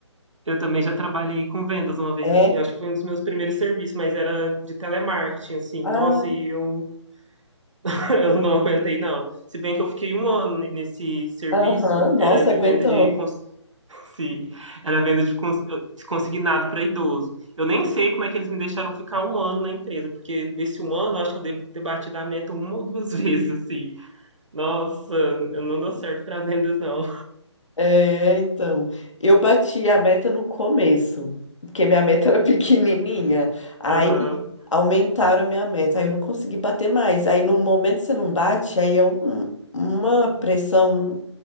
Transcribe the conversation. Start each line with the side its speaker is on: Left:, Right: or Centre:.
Right: eu também já trabalhei com vendas uma vez,
Left: É,
Right: assim, acho que foi um dos meus primeiros serviços, mas era de telemarketing, assim.
Left: ah,
Right: Nossa, e eu, <laughs> eu não aguentei, não. Se bem que eu fiquei um ano nesse serviço,
Left: aham, nossa,
Right: era de
Left: aguentou.
Right: venda de cons- Sim, era venda de, cons- de consignado para idoso. Eu nem sei como é que eles me deixaram ficar um ano na empresa, porque desse um ano eu acho que eu devo ter batido a meta uma ou duas <laughs> vezes, assim. Nossa, eu não dou certo para vendas, não.
Left: É, então, eu bati a meta no começo, porque minha meta era pequenininha. Aí
Right: Aham.
Left: aumentaram minha meta, aí eu não consegui bater mais. Aí no momento você não bate, aí é um- uma pressão